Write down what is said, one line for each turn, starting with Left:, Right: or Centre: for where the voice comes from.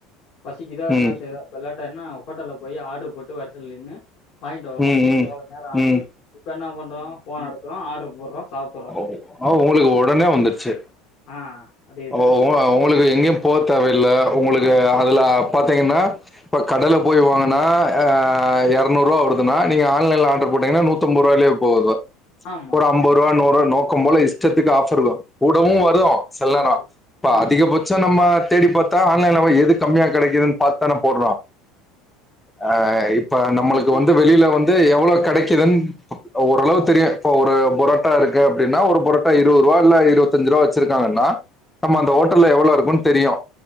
Left: பசிக்குதோ
Centre: ம்
Left: என்ன செய்தோ விளாட்டா என்ன ஹோட்டல்ல போய் ஆர்டரு போட்டு வரிசல நின்னு வாங்கிட்டு வருவோம்
Centre: ம்
Left: எவ்வளோ நேரம் ஆனாலும்
Centre: ம் ம்
Left: இப்போ என்ன பண்றோம் ஃபோன் எடுக்குறோம் ஆட்ரு போடுறோம் சாப்பிடுறோம்
Centre: ஒ ஒங்களுக்கு உடனே வந்துருச்சு
Left: ஆஹ் அதேதான்
Centre: ஒ ஒங்க ஒங்களுக்கு எங்யு போ தேவல்ல உங்களுக்கு
Left: ஆமா
Centre: அதுல பாத்தீங்கன்னா இப்ப கடல போய் வாங்குனா அ எரநூறு ரூபா வருதுன்னா நீங்க ஆன்லைன்ல ஆர்டர் போட்டிங்கன்னா நூ தொன்பது ரூபாயிலயே போது
Left: ஆமா
Centre: ஒரு ஐம்பது ரூபா நூறு ரூபா நோக்கம் போல இஷ்டத்துக்கு ஆஃபர் இருக்கும் கூடவும் வரும் செல
Left: ஆமா.
Centre: நேரோ இப்ப
Left: ஆமா.
Centre: அதிகபட் சம் நம்ம தேடி பாத்தா ஆன்லைன்ல போய் எது கம்மியா கிடைக்குதுன்னு பாத்து தான போடுறோம் அ இப்ப நம் நம்மளுக்கு
Left: ஆமா.
Centre: வந்து வெளில வந்து எவ்வளோ கிடைக்குதுன்னு ஓரளவு தெரியும் இப்ப ஒரு புரோ ட்டா இருக்கு அப்டினா ஒரு புரட்டா இருபது ரூபா இல்ல இருபத்திஞ்சு ரூபா வச்சிருக்காங்கன்னா நம்ம
Left: ம்,
Centre: அந்த
Left: ம்.
Centre: ஓட்டல் எவ்வளவு இருக்கும் தெரியும்